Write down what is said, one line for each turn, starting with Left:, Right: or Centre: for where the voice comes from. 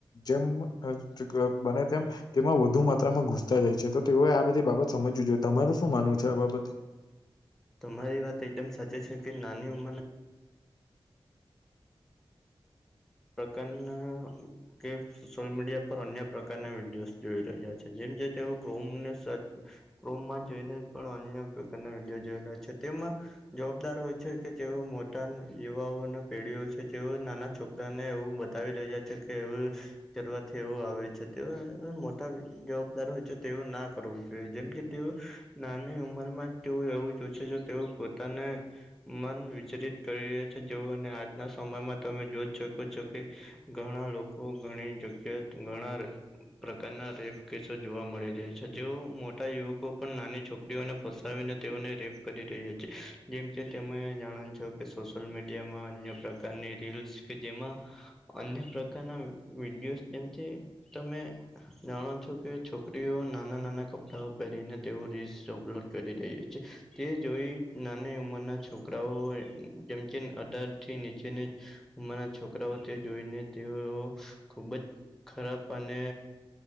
Left: જેમ અજગર બને તેમ. તેમાં વધુ માત્રામાં ઘુસતા જાય છે તો તેઓએ આ બધી બાબત સમજવી જોઈએ તમાર શું માનવું છે આ બાબતે.
Centre: તમારી વાત એકદમ સાચી છે કે નાની ઉંમરના. પકારના ઉપર. કે સોશિયલ મીડિયા પર અન્ય પ્રકારના વિડીયો જોઈ રહ્યા છે જેમ જે તે <unintelligible> રૂમમાં જોઈને પણ અન્ય પ્રકારના વિડીયો જોયેલા છે તેમાં જવાબદાર હોય છે. તે તેવો ઓ મોટાન યુવાઓ અને પેઢીઓ છે જે નાના છોક તનેએવું બતાવી રહ્યા છે કે એવું કરવાથી એવું આવે છે તે <unintelligible> <inaudible> હોય છે તેવું ના કરવું જોઈએ જેમ કે તું નાની ઉંમરમાં જ તેઓ એવું જોશે જો તેઓ પોતાને મન. વિચરિત કરી રહ્યા છે જેઓને આજના સમયમાં તમે જોઈ શકો છો કે. ઘણા લોકો ઘણી જગ્યા ઘણા પ્રકારના રેફ કેસજ. જોવા મળી રહ્યા છે જેઓ મોટા યુવકો પણ નાની છોક સ્ત્રીઓને ફસાવીને તેઓને રેપ કરી રહ્યા છે જેમ કે તેમ કે જાણ છો. કે સોશિયલ મીડિયામાં અન્ય પ્રકારની રીલ્સ. કે જેમાં અન્ય પ્રકારના વિડીયો તેમ જે તમે જાણો છો, કે છોકરીઓ નાના નાના કપડાઓ કરીને તે રીલ્સ અપલોડ કરી રહી છે તે જોઈ નાની ઉંમરના છો કરાઓ જેમકે અઢાર થી નીચેની ઉમર છો કરાઓ તે જોઈને તેઓ ખૂબ જ ખરાબ અને,